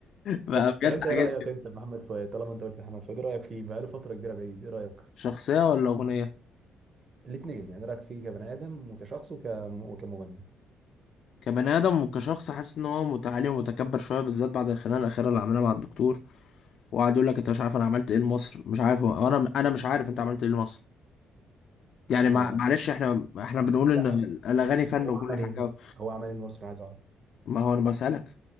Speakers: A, on the left (about 65°); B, on the right (about 45°).
A: بقى
B: طب
A: بجد
B: طب انت
A: حاجات
B: ايه رايك
A: كده
B: انت بمحمد فؤاد طالما انت قلت محمد فؤاد ايه رايك فيه بقاله فتره كبيره بعيد ايه رايك
A: شخصيه ولا اغنيه
B: الاثنين يعني إيه رايك فيه كبني ادم وكشخص وك... وكمغني
A: كبني ادم وكشخص حاسس ان هو متعالي ومتكبر شويه بالذات بعد الخناقه الاخيره اللي عملها مع الدكتور وقعد يقول لك انت مش عارف انا عملت ايه لمصر مش عارف هو- انا انا مش عارف انت عملت ايه لمصر يعني
B: اه
A: مع- معلش احنا احنا بنقول
B: لا
A: ان الاغاني فن
B: هو
A: وكل
B: عمل
A: حاجه
B: ايه هو عمل ايه لمصر عايز اعرف
A: ما هو انا بسألك